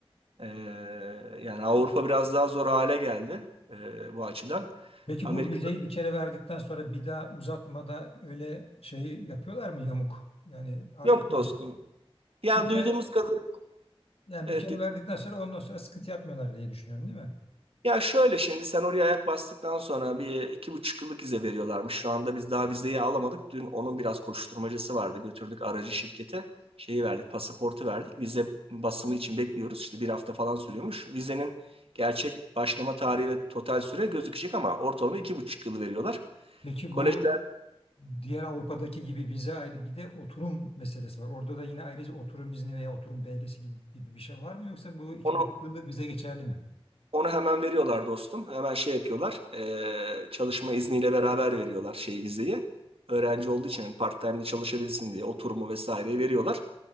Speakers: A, on the right; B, on the left.
A: Ee, yani Avrupa biraz daha zor hale geldi ee, bu açıdan.
B: Peki
A: Amerika
B: bu vizeyi bir kere verdikten sonra bir daha uzatmada öyle şey yapıyorlar mı yamuk? Yani a-
A: yok
B: ikinci
A: dostum. Yani
B: bir
A: duyduğumuz
B: kere
A: kadar,
B: yani
A: evet.
B: bir kere verdikten sonra ondan sonra sıkıntı yapmıyorlar diye düşünüyorum, değil mi?
A: Ya şöyle şimdi sen oraya ayak bastıktan sonra bir iki buçuk yıllık vize veriyorlarmış. Şu anda biz daha vizeyi alamadık. Dün onun biraz koşturmacası vardı. Götürdük aracı şirkete. Şeyi verdik, pasaportu verdik. Vize basımı için bekliyoruz. İşte bir hafta falan sürüyormuş. Vizenin gerçek başlama tarihi ve total süre gözükecek ama ortalama iki buçuk yıl veriyorlar.
B: Peki
A: Kolejler
B: bu diğer Avrupa'daki gibi vize ayrı bir de oturum meselesi var. Orada da yine ayrıca oturum izni veya oturum belgesi gibi bir şey var mı yoksa bu iki
A: onu
B: buçuk yıllık vize geçerli mi?
A: onu hemen veriyorlar dostum. Hemen şey yapıyorlar. eee, çalışma izniyle beraber veriyorlar şey vizeyi. Öğrenci olduğu için hani part-time'de çalışabilsin diye oturumu vesaireyi veriyorlar.